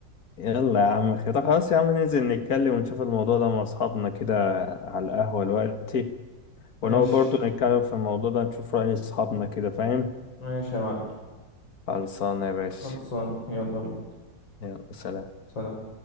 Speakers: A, on the left; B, on the left.
A: يلا يا عم كده خلاص يا عم ننزل نتكلم ونشوف الموضوع ده مع أصحابنا كده على القهوة دلوقتي
B: ماشي
A: ونقعد برضو نتكلم في الموضوع ده نشوف رأي أصحابنا كده فاهم
B: ماشي يا معلم
A: خلصانة يا باشا
B: خلصان يلا بينا
A: يلا سلام
B: سلام